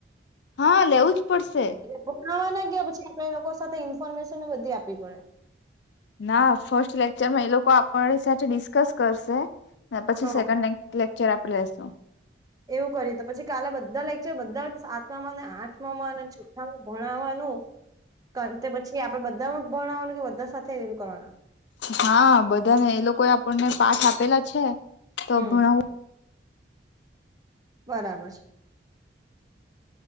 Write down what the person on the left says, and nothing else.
હા લેવું જ પડશે
ના ફર્સ્ટ લેકચરમાં એ લોકો આપરી સાથે ડિસ્કસ કરશે, ને પછી
સેકન્ડ લે લેક્ચર આપડે લેશું.
હા બધાને એ લોકો આપણને પાઠ આપેલા છે. તો
ભણાવું